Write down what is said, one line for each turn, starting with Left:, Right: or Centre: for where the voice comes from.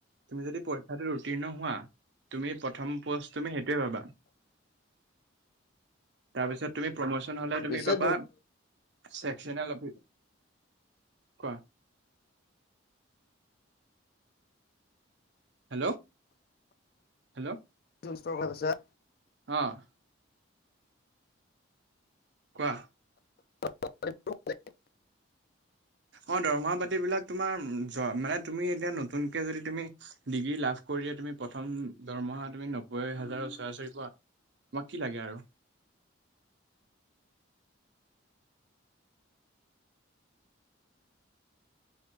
Right: তুমি যদি পৰীক্ষাটোত উত্তীৰ্ণ হোৱা, তুমি প্ৰথম পোষ্ট তুমি সেইটোৱে পাবা। তাৰপিছত তুমি, প্ৰমোচন হ'লে তুমি
Left: পিছে
Right: পাবা চেকশ্যনাল অফি কোৱা। Hello, hello.
Left: <unintelligible>
Right: অ'। কোৱা।
Left: <unintelligible>
Right: অ', দৰমহা পাতি বিলাক তোমাৰ, চোৱা মানে তুমি এতিয়া, নতুনকে যদি তুমি ডিগ্ৰী লাভ কৰিয়ে তুমি, প্ৰথম দৰমহা তুমি, নব্বৈ হাজাৰৰ ওচৰা-ওচৰি পোৱা। তোমাক কি লাগে আৰু।